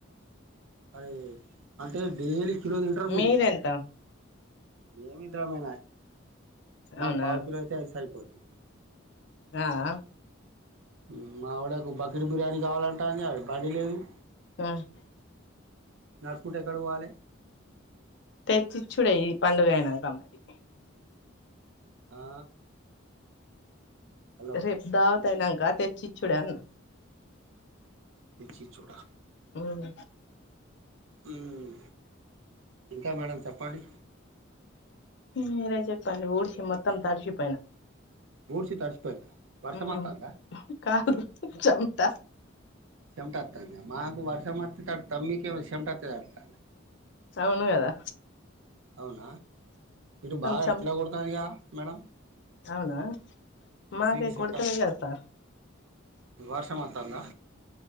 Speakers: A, on the right; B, on the left.
A: అరే అంటే డైలీ కిలో తింటారు మీరు
B: మీరెంత
A: మేం ఇద్దరమే మాకు
B: అవునా
A: పావు కిలో అయితే సరిపోతుంది
B: ఆ ఆ
A: హుమ్ మావిడకు బకెట్ బిర్యానీ కావాలంటా అది <unintelligible>
B: హుమ్
A: నడుచూకుంట ఎక్కడ పోవాలి
B: తెచ్చిచ్చుడే ఈ పండుగ అయినాంక ఆమెకీ
A: ఆ హలో
B: రేపు దావతయినాంక తెచ్చిచుడే అనే
A: తెచ్చిచ్చుడా
B: హుమ్
A: హుమ్ ఇంకా మేడం చెప్పండి
B: హుమ్ మీరే చెప్పండి ఊడిసి మొత్తం తడిసిపోయిన
A: ఊడ్సి తడ్సిపోయినా వర్షం
B: ఉమ్
A: వత్తాంద
B: కాదు చమట
A: చెమట అత్తాంద మాకు వర్షం వత్తే తడుత్తం మీకేమో చెమటోత్తే తడుత్త
B: అవును గదా
A: అవునా ఇటు బాగా
B: చెం
A: ఎండ కొడుతందిగా మేడం
B: అవునా మాకయి
A: మీకు చెమట
B: కొడతలే కదా సార్
A: వర్షం వత్తందా